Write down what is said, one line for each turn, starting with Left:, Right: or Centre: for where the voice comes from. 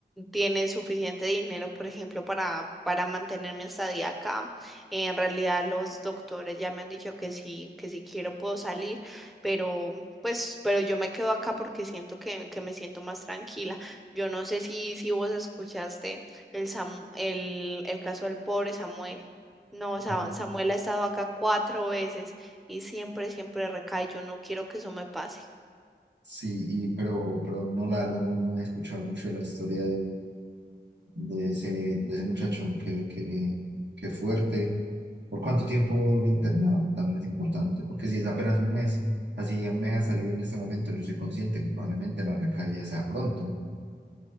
Centre: tiene suficiente dinero, por ejemplo, para, para mantener mi estadía acá. en realidad los doctores ya me han dicho que sí, que si quiero puedo salir, pero pues, pero yo me quedo acá porque siento que, que me siento más tranquila. Yo no sé si, si vos escuchaste el, Samu- el, el caso del pobre Samuel. No, Sa-
Right: No.
Centre: Samuel ha estado acá cuatro veces y siempre, siempre recae. Yo no quiero que eso me pase.
Right: Sí, y, pero, pero no, la verdad, no, no he escuchado mucho de la historia de ese, de ese muchacho, que que que fuerte. ¿Por cuánto tiempo dura internado? También es importante, porque si es apenas un mes, así ya me deja salir en este momento, yo soy consciente que probablemente la recaída sea pronto.